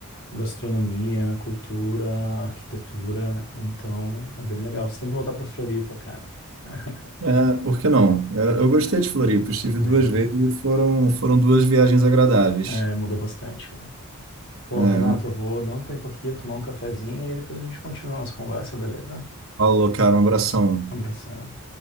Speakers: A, on the left; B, on the right.
A: gastronomia, cultura, arquitetura. Então, é bem legal. Você tem que voltar pra Floripa, cara. <laughs>
B: É, por que não? É, Eu gostei de Floripa, estive
A: Beleza.
B: duas vezes e foram, foram duas viagens agradáveis.
A: É, muda bastante, cara. Pô,
B: É,
A: Renato,
B: uma em
A: eu vou
B: São
A: dar um tempo aqui, tomar um cafezinho e aí depois a gente continua a nossa conversa, beleza?
B: Paulo, cara, um abração.
A: Abração.